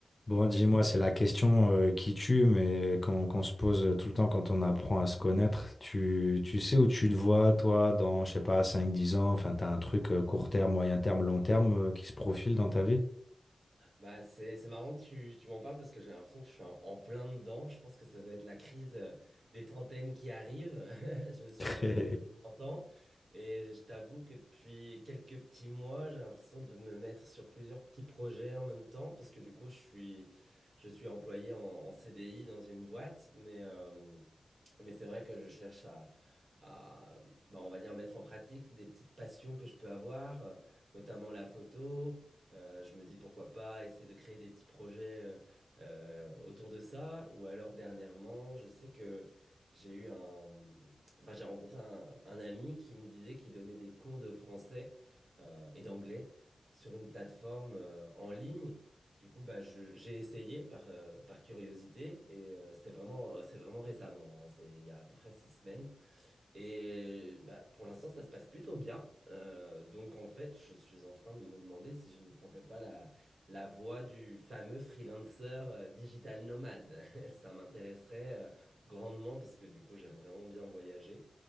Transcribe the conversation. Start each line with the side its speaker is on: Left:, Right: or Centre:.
Left: Bon, dis-moi, c'est la question euh, qui tue, mais qu'on qu'on se pose tout le temps quand on apprend à se connaître. Tu, tu sais où tu te vois, toi, dans, je sais pas, cinq, dix ans, enfin, t'as un truc euh, court terme, moyen terme, long terme euh, qui se profile dans ta vie?
Right: Bah, c'est, c'est marrant que tu, tu m'en parles parce que j'ai l'impression que je suis en, en plein dedans. Je pense que ça doit être la crise euh, des trentaines qui arrive. <laughs> Je suis
Left: <laughs>
Right: dans l'année de mes 30 ans et je t'avoue que depuis quelques petits mois, j'ai l'impression de me mettre sur plusieurs petits projets en même temps parce que du coup, je suis, je suis employé en, en CDI dans une boîte, mais, euh, mais c'est vrai que je cherche à, à, bah, on va dire, mettre en pratique des petites passions que je peux avoir, euh, notamment la photo. Euh, je me dis pourquoi pas essayer de créer des petits projets euh, euh, autour de ça. Ou alors dernièrement, je sais que j'ai eu un... Enfin, j'ai rencontré un, un ami qui me disait qu'il donnait des cours de français euh, et d'anglais sur une plateforme euh, en ligne. Du coup, bah, je- j'ai essayé par, euh, par curiosité et euh, c'était vraiment, c'est vraiment récemment, hein, c'est il y a à peu près six semaines. Et bah, pour l'instant, ça se passe plutôt bien. Euh, donc en fait, je suis en train de me demander si je ne prendrais pas la, la voie du fameux freelancer euh, digital nomade. <laughs> Ça m'intéresserait euh, grandement parce que du coup, j'aime vraiment bien voyager.